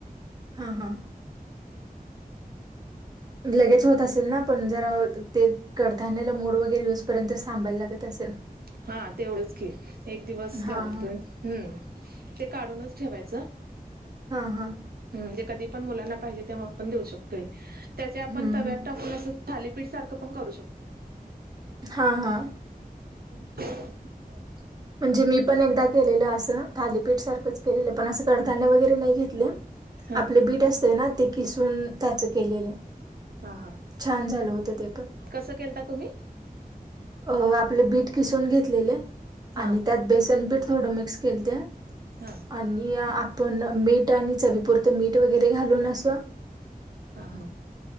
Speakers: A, on the right; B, on the right.
A: हा हा
B: हम्
A: लगेज होत असेल ना पण जरा ते कडधान्यला मोड वगैरे य पर्यंत साबायला लागत असेल
B: हा तेवढंच की एक दिवस
A: हां,
B: लागतोय
A: हां.
B: हम्म ते काढूनच ठेवायचं
A: हा हा
B: म्हणजे कधी पण मुलांना पाहिजे तेव्हा पण देऊ शकतोय त्याचे आपण
A: हं,
B: तव्यात
A: हं.
B: टाकून असं थालीपीठ सारखं पण करू शकतो
A: हा हा
B: <unintelligible>
A: म्हणजे मी पण एकदा केलेलं असं थालीपीठ सारखंच केलेलं पण असं कडधान्य वगैरे नाही घेतले
B: हा
A: आपले बीट असते ना ते किसून त्याच केलेले
B: हा हा.
A: छान झालं होतं ते पण
B: कसं केलता तुम्ही
A: अ आपले बीट किसून घेतलेले
B: हा
A: आणि त्यात बेसन बीठ थोडं मिक्स केल ते
B: हा
A: आणि आपण मीठ आणि चवीपुरतं मीठ वगैरे घालून अस
B: हा हा